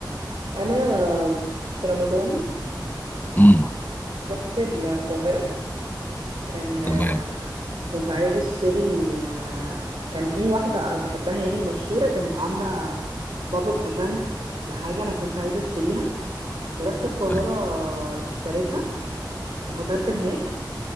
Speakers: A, on the right; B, on the left.
A: أنا في رمضان
B: امم
A: رحت القاهرة كان
B: تمام
A: كنت عايزة اشتري آه، كان في واحدة بحبها يعني مشهورة كانت عاملة باب اب ايفنت لحاجة انا كنت عايزة اشتريها فروحت القاهرة
B: أيوة،
A: اشتريتها وفطرت هناك